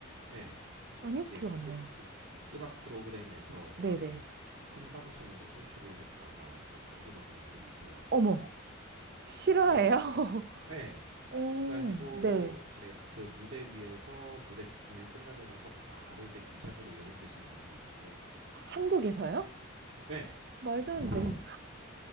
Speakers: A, on the right (about 70°); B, on the right (about 50°).
A: 예.
B: 아니요?
A: 이게
B: 기억 안 나요.
A: 으, 그, 음악 프로그램에서
B: 네네.
A: 이제 생방송으로 송출을 했다가 이제 바지를 벗은 분들이 있어요.
B: 어머, 실화예요?
A: 그래서 이제
B: <laughs>
A: 예.
B: 오,
A: 그래가지고
B: 네.
A: 이제 그 무대 위에서 무대 공연 끝나고 나서 바로 이제 경찰서로 연행되시는 분들이 있는데,
B: 한국에서요?
A: 네.
B: 말도
A: <laughs>
B: 안 돼.